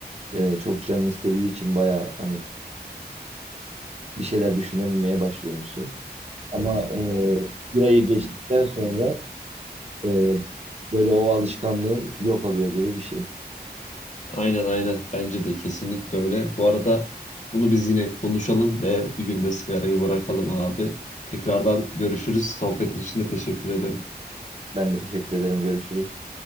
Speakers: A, on the right; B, on the left.
A: e, çok canın istediği için baya hani bir şeyler düşünememeye başlıyormuşsun. Ama e, burayı geçtikten sonra e, böyle o alışkanlığın yok oluyor gibi bir şey.
B: Aynen aynen bence de kesinlikle öyle. Bu arada bunu biz yine konuşalım ve bir gün de sigarayı bırakalım abi. Tekrardan görüşürüz. Sohbetin için de teşekkür ederim.
A: Ben de teşekkür ederim. Görüşürüz.